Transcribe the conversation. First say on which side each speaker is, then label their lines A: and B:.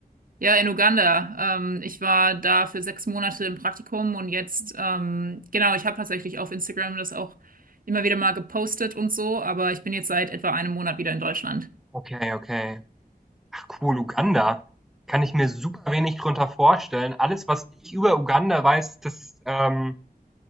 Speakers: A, on the right (about 60°); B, in the centre.
A: Ja, in Uganda. Ähm, ich war da für sechs Monate im Praktikum und jetzt, ähm, genau, ich habe tatsächlich auf Instagram das auch immer wieder mal gepostet und so, aber ich bin jetzt seit etwa einem Monat wieder in Deutschland.
B: Okay, okay. Ach cool, Uganda. Kann ich mir super wenig drunter vorstellen. Alles, was ich über Uganda weiß, das ähm,